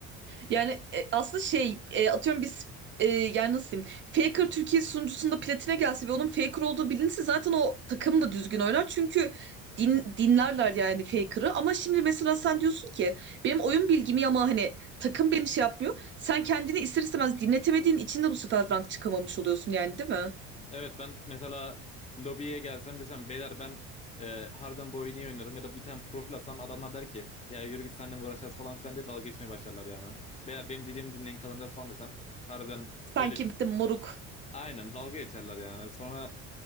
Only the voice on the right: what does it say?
Yani e, aslında şey e, atıyorum biz e, yani nasıl diyeyim Faker Türkiye sunucusunda platine gelse ve onun Faker olduğu bilinse zaten o takım da düzgün oynar. Çünkü din, dinlerler yani Faker'ı ama şimdi mesela sen diyorsun ki benim oyun bilgimi ama hani takım beni şey yapmıyor. Sen kendini ister istemez dinletemediğin için de bu sefer rank çıkamamış oluyorsun yani değil mi?
Sen
kimsin
moruk?